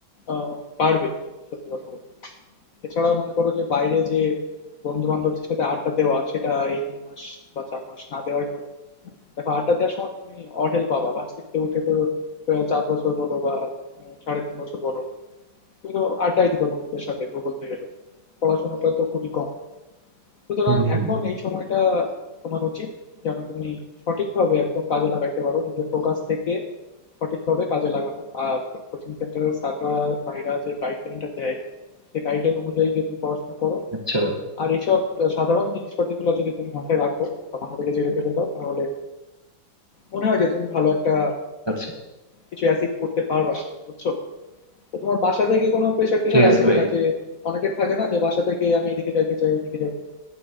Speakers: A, on the left; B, on the right.
A: আহ, বাড়বে আর কি, সত্যি কথা বলতে এছাড়াও মনে করো যে বাইরে যে বন্ধু-বান্ধবদের সাথে আড্ডা দেওয়া সেটা এই 3 মাস বা 4 মাস না দেওয়াই ভালো। দেখো আড্ডা দেওয়ার সময় তুমি অঢেল পাবা। ভার্সিটিতে উঠে তো আহ, 4 বছর বলো বা আহ, সাড়ে 3 বছর বলো তুমি তো আড্ডাই দিবা বন্ধুদের সাথে বলতে গেলে। পড়াশোনাটা তো খুবই কম। সুতরাং
B: হুম, হুম।
A: এখন এই সময়টা তোমার উচিত যেন তুমি সঠিকভাবে একদম কাজে লাগাইতে পারো নিজের ফোকাস থেকে সঠিকভাবে কাজে লাগানো আর কোচিং সেন্টারের স্যাররা ভাইরা যে গাইডলাইনটা দেয় সেই গাইডলাইন অনুযায়ী যদি পড়াশোনা করো
B: আচ্ছা
A: আর এইসব সাধারণ জিনিসপাতিগুলো যদি তুমি মাথায় রাখো বা মাথা থেকে জেনে ফেলে দাও তাহলে মনে হয় যে তুমি ভালো একটা
B: আচ্ছা
A: কিছু অ্যাচিভ করতে পারবা সামনে, বুঝছো তো তোমার বাসা থেকে কোনো প্রেশার টেশার
B: ঠিক আছে
A: আছে কিনা
B: ভাই
A: যে অনেকের থাকে না যে বাসা থেকে আমি এদিকে যাইতে চাই ওইদিকে যাইতে চাই